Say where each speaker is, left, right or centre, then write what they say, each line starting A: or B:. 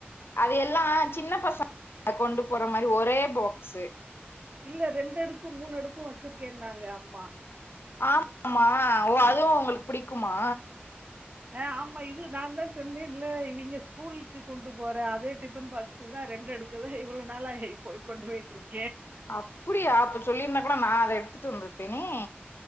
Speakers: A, on the left (about 65°); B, on the right (about 35°).
A: அது எல்லா சின்ன பசங்க கொண்டு போற மாரி ஒரே பாக்ஸு
B: இல்ல ரெண்டு அடுக்கு மூணு அடுக்கும் வச்சுருக்கேன்னாங்க அம்மா
A: ஆமா ஆமா ஓ அதுவும் அவொங்களுக்கு பிடிக்குமா
B: ஆஹ் ஆமா இது நான் தா சொன்னேல இவெங்க ஸ்கூலுக்கு கொண்டு போற அதே டிஃபன் பாக்ஸ தான் ரெண்டு அடுக்கத இவ்வளோ நாள கொண்டு போயிட்டு இருக்க
A: அப்படியா அப்ப சொல்லிருந்தா கூட நான் அதை எடுத்து <unintelligible> பனே